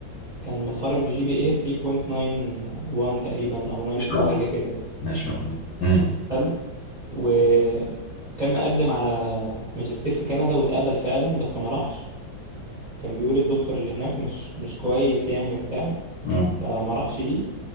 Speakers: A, on the right; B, on the left.
A: كان متخرج بجي بي اي 3.91 تقريبا أو 92
B: شاء الله
A: حاجة كده يعني
B: ما شاء الله امم
A: حلو وكان مقدم على ماجستير في كندا واتقبل فعلا بس ما راحش كان بيقول الدكتور اللي هناك مش مش كويس يعني وبتاع
B: امم
A: فما راحش دي